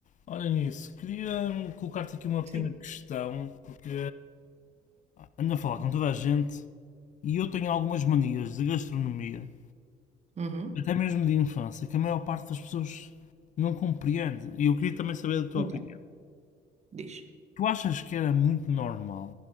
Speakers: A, on the left; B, on the right.
A: Olha nisso, queria colocar-te aqui uma pequena
B: Sim.
A: questão, porque ando a falar com toda a gente e eu tenho algumas manias de gastronomia,
B: Uhum.
A: até mesmo de infância, que a maior parte das pessoas não compreende. E eu queria também saber da tua
B: Então,
A: opinião.
B: Diz.
A: Tu achas que era muito normal,